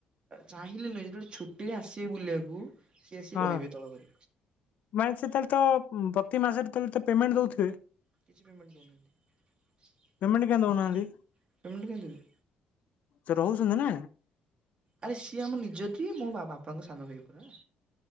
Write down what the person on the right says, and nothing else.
ଚାହିଁଲେ ନୁହେଁ ଯେତେବେଳେ ଛୁଟି ରେ ଆସି ତେ ବୁଲିବାକୁ। ସିଏ ଆସିକି
ରହିବେ ତଳ ଘରେ।
କିଛି ପେମେଣ୍ଟ ଦେଉନାହାନ୍ତି
ପେମେଣ୍ଟ କାଇଁ ଦେବେ?
ଆରେ ସିଏ ଆମ ନିଜର ଟି ମୋ ବାପାଙ୍କ ସାନ ଭାଇ ପରା।